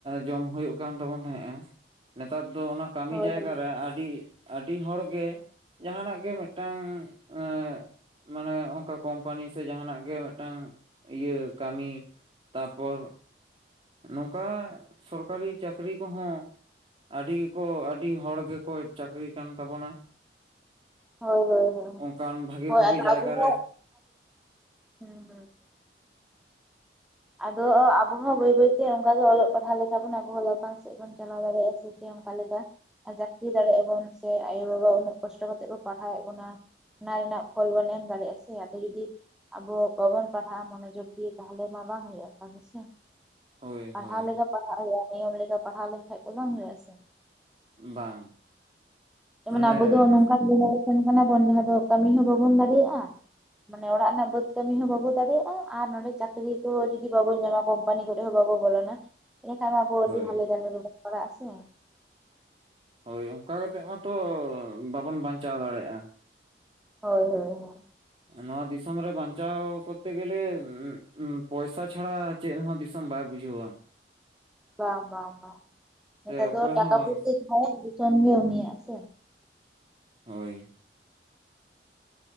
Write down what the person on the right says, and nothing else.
ᱡᱚᱢ ᱦᱩᱭᱩᱜ ᱠᱟᱱ ᱛᱟᱵᱚᱱ ᱛᱟᱦᱮᱸᱜᱼᱟ᱾ ᱱᱮᱛᱟᱨ ᱫᱚ ᱚᱱᱟ ᱠᱟᱢᱤ
ᱡᱟᱭᱜᱟ ᱨᱮ ᱟᱰᱤ ᱟᱰᱤ ᱦᱚᱲ ᱜᱮ ᱡᱟᱦᱟᱸᱱᱟᱜ ᱜᱮ ᱢᱤᱫᱴᱟᱝ ᱟᱹ ᱢᱟᱱᱮ ᱚᱝᱠᱟ ᱠᱳᱢᱯᱟᱱᱤ ᱥᱮ ᱡᱟᱦᱟᱸᱱᱟᱜ ᱜᱮ ᱢᱤᱫᱴᱟᱝ ᱤᱭᱟᱹ ᱠᱟᱹᱢᱤ ᱛᱟᱯᱚᱨ ᱱᱚᱝᱠᱟ ᱥᱚᱨᱠᱟᱨᱤ ᱪᱟᱹᱠᱨᱤ ᱠᱚᱦᱚᱸ ᱟᱹᱰᱤ ᱜᱮᱠᱚ ᱟᱹᱰᱤ ᱦᱚᱲ ᱜᱮᱠᱚ ᱪᱟᱹᱠᱨᱤ ᱠᱟᱱ ᱛᱟᱵᱚᱱᱟ᱾
ᱚᱱᱠᱟᱱ ᱵᱷᱟᱜᱤ
ᱵᱷᱟᱜᱤ
ᱡᱟᱭᱜᱟ
ᱨᱮ
ᱦᱳᱭ
ᱦᱳᱭ
ᱵᱟᱝ ᱚᱱᱮ
ᱦᱳᱭ
ᱦᱳᱭ ᱚᱝᱠᱟ ᱠᱟᱛᱮᱜ ᱢᱟᱛᱚ ᱵᱟᱵᱚᱱ ᱵᱟᱧᱪᱟᱣ ᱫᱟᱲᱮᱭᱟᱜᱼᱟ᱾
ᱱᱚᱣᱟ ᱫᱤᱥᱚᱢ ᱨᱮ ᱵᱟᱧᱪᱟᱣ ᱠᱚᱨᱛᱮ ᱜᱮᱞᱮ ᱯᱚᱭᱥᱟ ᱪᱷᱟᱲᱟ ᱪᱮᱜ ᱦᱚᱸ ᱫᱤᱥᱚᱢ ᱵᱟᱭ ᱵᱩᱡᱷᱟᱹᱣᱟ᱾
ᱥᱮ ᱚᱠᱚᱭ
ᱦᱚᱸ ᱵᱟᱝ
ᱦᱳᱭ᱾